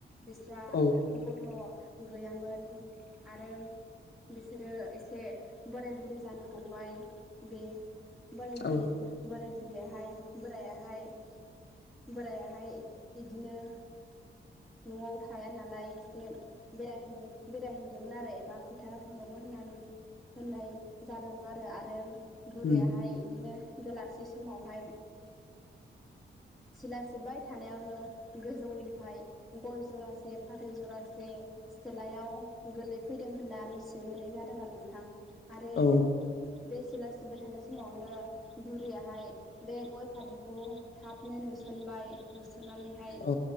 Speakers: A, in the centre; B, on the left (about 55°).
A: बिस्रा
B: औ
A: गथ' गैयामोन आरो बिसोरो एसे बोराय बुरै जानो हमबाय बे बोराय
B: औ
A: बुरैफ्रा बोराय बुरियाहाय बोरायाहाय बोरायाहाय इदिनो न'आव थाया नालाय एसे बेरायहैनो बेरायहैदोंमोन आरो एबा फोथार थांदोंमोन होनना होननाय जादोंमोन आरो आरो बुरियाहाय
B: उम
A: बिदिनो बेलासि समावहाय
B: <inaudible>
A: सिला सिब्बाय थानायावनो गोजौनिफ्राय गय जरासे फाथै जरासे सिथलायाव गोलै फैदों होनना मिथि नो मोननाय जादों आरो नोंथां आरो
B: औ
A: बे सिला सिबबाय थानाय समावनो बुरियाहाय बे गय फाथैखौ थाबनो नुसनबाय नुसनानैहाय
B: औ